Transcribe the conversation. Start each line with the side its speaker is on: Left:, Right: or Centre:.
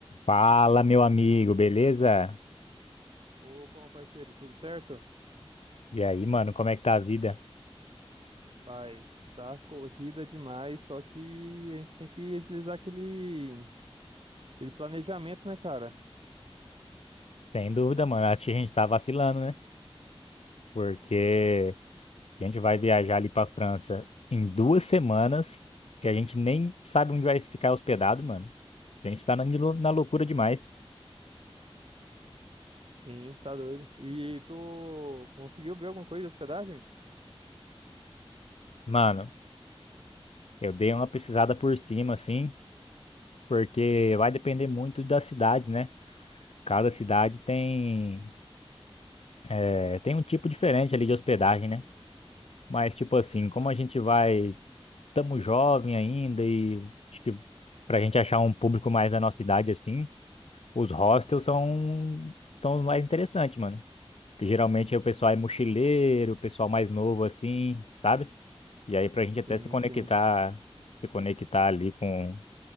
Left: Fala, meu amigo, beleza?
Right: Opa, meu parceiro, tudo certo?
Left: E aí, mano, como é que tá a vida?
Right: Paz, tá corrida demais, só que a gente tem que agilizar aquele, aquele planejamento, né, cara?
Left: Sem dúvida, mano, acho que a gente tá vacilando, né? Porque a gente vai viajar ali pra França em duas semanas e a gente nem sabe onde vai ficar hospedado, mano. A gente tá na, lou- na loucura demais.
Right: Sim, tá doido. E tu conseguiu ver alguma coisa de hospedagem?
Left: Mano, eu dei uma pesquisada por cima, assim, porque vai depender muito das cidades, né? Cada cidade tem, eh, tem um tipo diferente ali de hospedagem, né? Mas, tipo assim, como a gente vai. estamos jovem ainda e acho que pra gente achar um público mais da nossa idade assim, os hostels são, são os mais interessantes, mano. Porque geralmente é o pessoal é mochileiro, o pessoal mais novo assim, sabe? E aí pra gente até
Right: Sim,
Left: se conectar,
Right: sim.
Left: se conectar ali com,